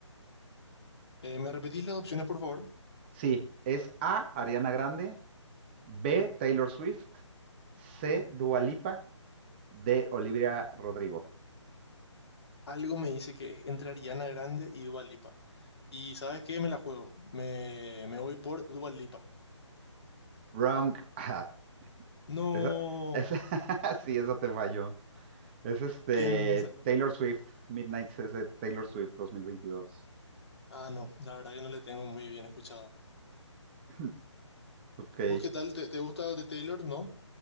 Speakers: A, on the left (about 55°); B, on the right (about 20°).
A: Eh, ¿me repetís las opciones, por favor?
B: Sí, es A, Ariana Grande. B, Taylor Swift. C, Dua Lipa. D, Olivia Rodrigo.
A: Algo me dice que es entre Ariana Grande y Dua Lipa. Y ¿sabes qué? Me la juego. Me, me voy por Dua Lipa.
B: Wrong. <laughs>
A: No.
B: Esa, esa, <laughs> sí, esa te falló. Es este
A: ¿Quién sacó?
B: Taylor Swift, Midnight ese Taylor Swift 2022.
A: Ah, no. La verdad que no le tengo muy bien escuchada.
B: <clears throat> Ok.
A: ¿Vos qué tal? ¿Te, te gusta de Taylor? ¿No?